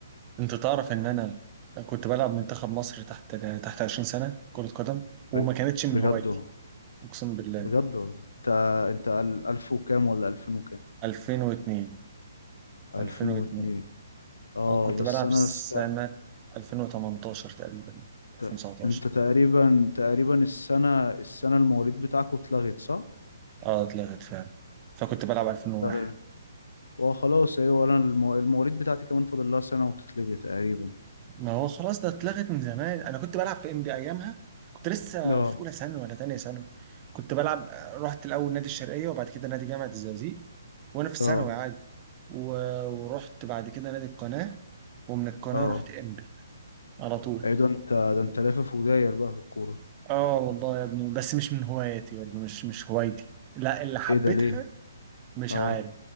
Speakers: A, on the right (about 25°); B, on the left (about 75°).
A: انت تعرف ان انا كنت بلعب منتخب مصر تحت تحت 20 سنة كرة قدم وما
B: بج-
A: كانتش من
B: بجد
A: هوايتي
B: والله.
A: اقسم بالله
B: بجد والله انت انت ال- الف وكام ولا الفين وكام
A: 2002
B: الفين
A: 2002
B: واتنين اه
A: أه، كنت
B: بس
A: بلعب
B: انا
A: سنة
B: است...
A: 2018 تقريبا 2019
B: ت- انت تقريبا تقريبا السنه السنه المواليد بتاعكوا اتلغت صح؟
A: اه اتلغت فعلا فكنت بلعب 2001
B: اتلغت اه خلاص ايوه انا المو- المواليد بتاعتي كمان فاضل لها سنه وتتلغي تقريبا
A: ما هو خلاص ده اتلغت من زمان انا كنت بلعب في ام بي ايامها كنت لسه
B: اه
A: في اولى ثانوي ولا ثانيه ثانوي كنت بلعب آه، رحت الاول نادي الشرقيه وبعد كده نادي جامعه الزقازيق وانا في الثانوي
B: اه
A: عادي و... ورحت بعد كده نادي القناه ومن القناة
B: اه
A: رحت إمبي على طول
B: ايه ده انت ده انت لافف وداير بقى في الكورة
A: اه والله يا ابني بس مش من هواياتي برضه مش مش هوايتي لا اللي حبيتها
B: ايه ده ليه
A: مش
B: اه
A: عارف